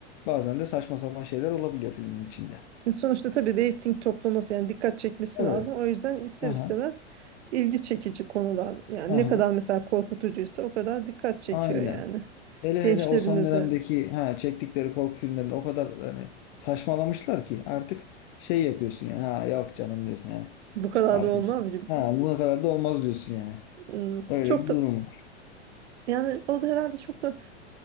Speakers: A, on the left (about 50°); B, on the right (about 75°).
A: bazen de saçma sapan şeyler olabiliyor filmin içinde.
B: E, Sonuçta tabii reyting toplaması yani dikkat çekmesi
A: Tabii.
B: lazım. O yüzden ister
A: Aha,
B: istemez ilgi çekici konular yani
A: aha,
B: ne kadar mesela korkutucuysa o kadar dikkat çekiyor
A: aynen.
B: yani.
A: Hele
B: Gençlerin
A: hele o son
B: üzerine.
A: dönemdeki ha çektikleri korku filmlerinde o kadar hani saçmalamışlar ki artık şey yapıyorsun yani ha yok canım diyorsun yani
B: Bu kadar
A: artık
B: da olmaz gibi.
A: ha buna kadar da olmaz diyorsun yani.
B: Hmm,
A: Öyle
B: Çok
A: bir
B: da
A: durum var.
B: yani o da herhalde çok da